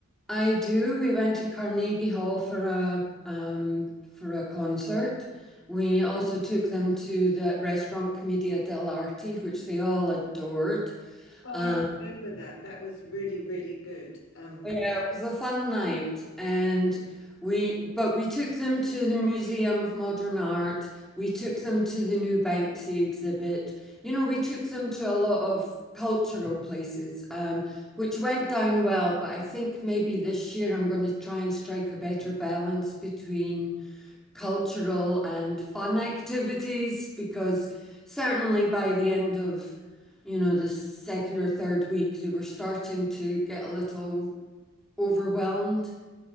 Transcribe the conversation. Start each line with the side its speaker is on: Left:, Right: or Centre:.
Centre: I do. We went to Carnegie Hall for a um, for a concert. We also took them to the restaurant Commedia dell'arte, which they all adored.
Left: Oh,
Centre: Um,
Left: I remember that. That was really, really good. Um,
Centre: Yeah, it was a fun night and we but we took them to the Museum of Modern Art. We took them to the new Banksy exhibit. You know, we took them to a lot of cultural places, um, which went down well, but I think maybe this year I'm going to try and strike a better balance between cultural and fun activities because certainly by the end of you know, the second or third week, they were starting to get a little overwhelmed.